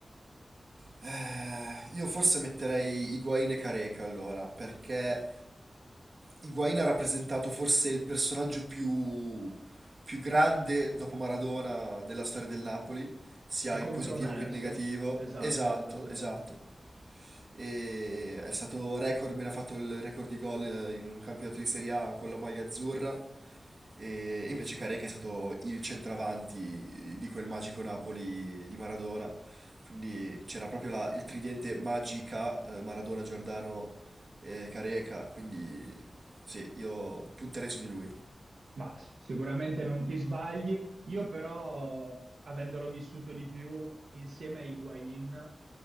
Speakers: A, on the right; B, on the right.
A: Eh, io forse metterei Higuain e Careca allora, perché Higuain ha rappresentato forse il personaggio più, più grande dopo Maradona della storia del Napoli, sia
B: E controverso,
A: in positivo che in negativo.
B: esatto,
A: Esatto,
B: allo stesso
A: esatto
B: tempo.
A: e è stato record, me l'ha fatto il record di gol eh, in un campionato di Serie A con la maglia azzurra e invece Careca è stato il centravanti di quel magico Napoli di Maradona. Quindi c'era proprio la- il tridente magica eh, Maradona, Giordano e Careca, quindi sì, io punterei su di lui.
B: Ma s- sicuramente non ti sbagli. Io però, avendolo vissuto di più, insieme a Higuain,